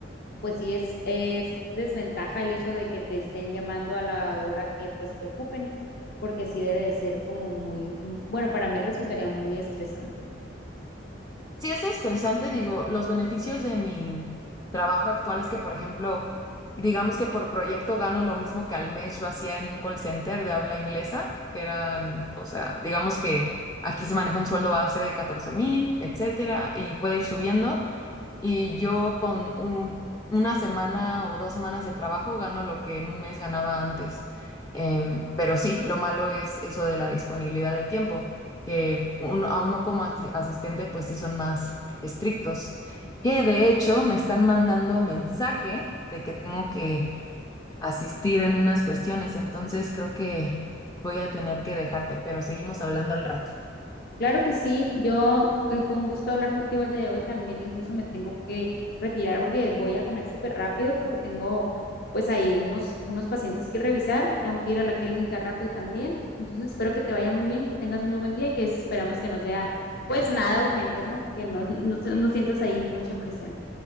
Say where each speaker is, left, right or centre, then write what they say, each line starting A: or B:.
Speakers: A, on the left; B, on the left.
A: pues sí es, es desventaja el hecho de que te estén llamando a la hora que pues te ocupen, porque sí debe de ser como muy, mm, bueno, para mí resultaría muy estresante.
B: Sí, es estresante, digo, los beneficios de mi trabajo actual es que, por ejemplo, digamos que por proyecto gano lo mismo que al mes yo hacía en un call center de habla inglesa, que eran, o sea, digamos que aquí se maneja un sueldo base de catorce mil, etcétera, y puede ir subiendo. Y yo con un- una semana o dos semanas de trabajo gano lo que en un mes ganaba antes. Em, pero sí, lo malo es eso de la disponibilidad de tiempo, que uno, a uno como asi- asistente pues sí son más estrictos. Que de hecho me están mandando mensaje de que tengo que asistir en unas cuestiones, entonces creo que voy a tener que dejarte, pero seguimos hablando al rato.
A: Claro que sí, yo eh, fue un gusto hablar contigo el día de hoy. También incluso me tengo que retirar porque voy a comer súper rápido porque tengo pues ahí unos, unos pacientes que revisar. Tengo que ir a la clínica rápido también. Entonces espero que te vaya muy bien, que tengas muy buen día y que esperamos que no sea pues nada urgente, ¿no? Que no, <laughs> no no sientas ahí mucha presión.